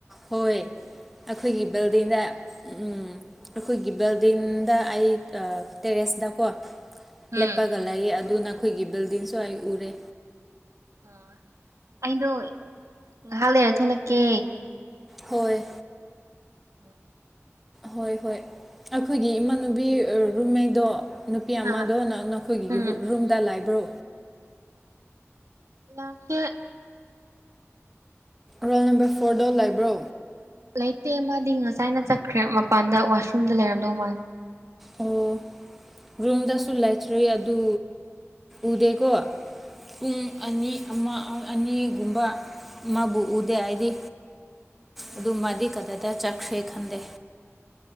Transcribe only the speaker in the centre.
ꯍꯣꯏ ꯑꯩꯈꯣꯏꯒꯤ ꯕꯤꯜꯗꯤꯡꯗ ꯎꯝ ꯑꯩꯈꯣꯏꯒꯤ ꯕꯦꯜꯗꯤꯡꯗ ꯑꯩ ꯑ ꯇꯦꯔꯦꯁꯇꯀꯣ ꯂꯦꯞꯄꯒ
ꯂꯩꯌꯦ ꯑꯗꯨ ꯅꯈꯣꯏꯒꯤ ꯕꯤꯜꯗꯤꯡꯁꯨ ꯑꯩ ꯎꯔꯦ
ꯍꯣꯏ
ꯍꯣꯏ ꯍꯣꯏ ꯑꯩꯈꯣꯏꯒꯤ ꯏꯃꯥꯟꯅꯕꯤ ꯔꯨꯝꯃꯦꯗꯣ꯫ ꯅꯨꯄꯤ ꯑꯃꯗꯣ
ꯅꯪ ꯅꯈꯣꯏꯒꯤ
ꯔꯨꯝꯗ ꯂꯥꯏꯕ꯭ꯔꯣ꯫
ꯔꯣꯜ ꯅꯝꯕꯔ ꯐꯣꯔꯗꯣ ꯂꯩꯕ꯭ꯔꯣ꯫
ꯑꯣ ꯔꯨꯝꯗꯁꯨ ꯂꯩꯇ꯭ꯔꯤ ꯑꯗꯨ ꯎꯗꯦꯀꯣ꯫ ꯄꯨꯡ
ꯑꯅꯤ ꯑꯃ ꯑꯅꯤꯒꯨꯝꯕ ꯃꯥꯕꯨ ꯎꯗꯦ ꯑꯩꯗꯤ꯫
ꯑꯗꯨ ꯃꯥꯗꯤ ꯀꯗꯥꯏꯗ ꯆꯠꯈ꯭ꯔꯦ ꯈꯟꯗꯦ꯫